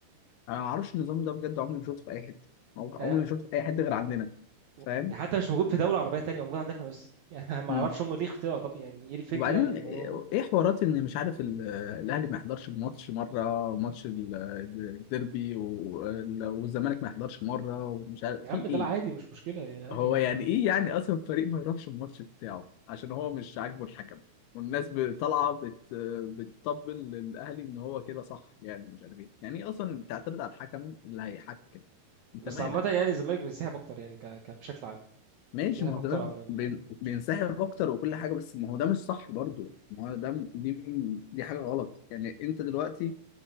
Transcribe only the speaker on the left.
انا ما اعرفش النظام ده بجد عمري ما شفته في اي حته عمري
عمري ما شفته في اي حته غير عندنا
فاهم
امم
وبعدين
ايه حوارات ان مش عارف ال- الاهلي ما يحضرش ماتش مره ماتش ال- الديربي وال- والزمالك ما يحضرش مره ومش عارف
في
ايه
هو
يعني ايه يعني اصلا الفريق ما يروحش الماتش بتاعه عشان هو مش عاجبه الحكم والناس طالعه بت... بتطبل للاهلي ان هو كده صح يعني مش عارف ايه يعني ايه اصلا بتعترض على الحكم اللي هيحكم انت
مالك
ماشي
ما هو
ده
بين- بينسحب اكتر وكل حاجه بس ما هو ده مش صح برضو ما هو ده م- دي دي حاجه غلط يعني انت دلوقتي